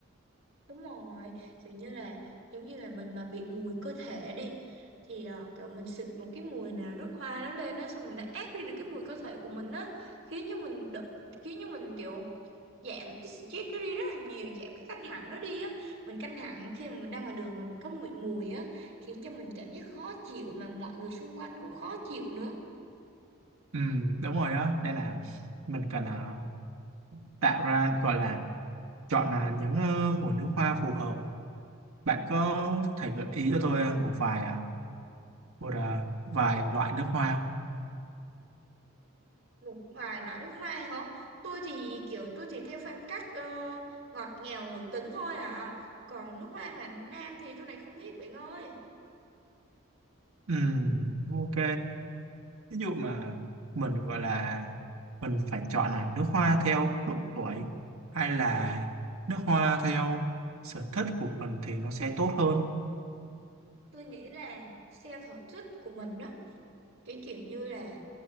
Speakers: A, on the right; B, on the right.
A: Đúng rồi, kiểu như là giống như là mình mà bị mùi cơ thể đi thì ờ, kiểu mình xịt một cái mùi nào nước hoa nó lên đó xong mình nó át đi được cái mùi cơ thể của mình á khiến cho mình đ- khiến cho mình kiểu giảm cái stress đó đi rất là nhiều giảm cái căng thẳng đó đi á mình căng thẳng khi mà mình đang ngoài đường mà mình có mùi mùi á khiến cho mình cảm giác khó chịu mà mọi người xung quanh cũng khó chịu nữa
B: ừ, đúng rồi đó nên là mình cần à, tạo ra gọi là chọn là những ờ, mùa nước hoa phù hợp bạn có thể gợi ý cho tôi ờ, một vài ờ, một ờ, vài loại nước hoa không?
A: Nước ngoài loại nước hoa hả? Tôi thì kiểu tôi chỉ theo phong cách ờ, ngọt ngào nữ tính thôi à. Còn nước hoa mà nam thì tôi lại không biết bạn ơi.
B: Ừm, ok ví dụ mà mình gọi là mình phải chọn là nước hoa theo độ tuổi hay là nước hoa theo sở thích của mình thì nó sẽ tốt hơn
A: Tôi nghĩ là xe sở thích của mình đó. Cái kiểu như là